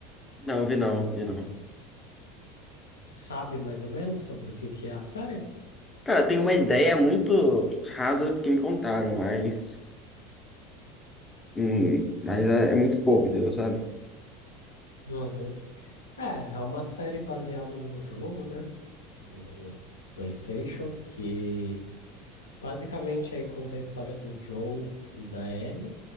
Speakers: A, on the left; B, on the left.
A: Não, vi não, vi não.
B: Sabe mais ou menos sobre o que que é a série?
A: Cara, tem uma ideia muito rasa que me contaram, mas. hum, mas é, é muito pouco, entendeu? Sabe?
B: Uhum. É, é uma série baseada num jogo, né, do PlayStation, que basicamente aí conta a história do Joe e da Ellie.